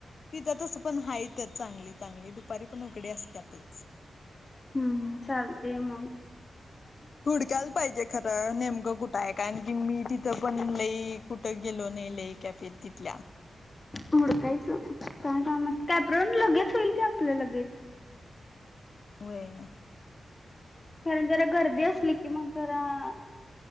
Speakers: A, on the left (about 60°); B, on the left (about 30°).
A: तिथं तसं पणं हाईतचं चांगली चांगली दुपारी पणं उघडे असत्यांतचं.
B: हम्मं चालते मंग.
A: हुडकायंला पाहिजे खरं. नेमकं कुठं आहे कारणं की मी तिथं पणं लई कुठं गेलो नाहीं लई कॅफेत तिथल्यां.
B: हुडकायंचं कायं कामं असं कॅप राऊंड लगेच होईल की आपलं लगेच.
A: होयं.
B: कारणं जरां गर्दी असली की मगं जरां.